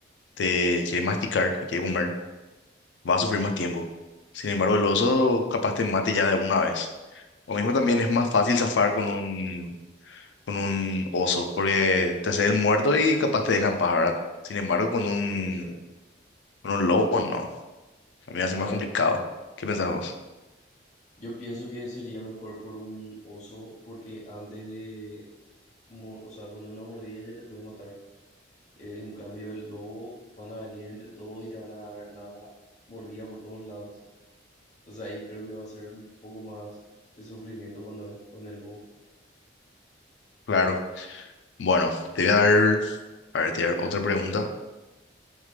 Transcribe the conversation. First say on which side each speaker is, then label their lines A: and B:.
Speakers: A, on the left; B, on the left.
A: te quiere masticar, te quiere comer, va a sufrir más tiempo. Sin embargo, el oso capaz te mate ya de una vez. O mismo también es más fácil zafar con un, con un oso, porque te haces el muerto y capaz te dejan paz, ¿verdad? Sin embargo, con un,
B: Puede ser,
A: con un lobo, no. A mí me hace
B: claro.
A: más complicado. ¿Qué pensás vos?
B: Yo pienso que sería mejor por un oso porque antes de, mo- o sea, con una mordida ya te puede matar. Eh, en cambio, el lobo van a venir entre todos y te van a dar una mordida por todos lados. O sea, ahí creo que va a ser un poco más de sufrimiento cuando con el lobo.
A: Claro. Bueno, te voy a dar, a ver, te voy a dar otra pregunta.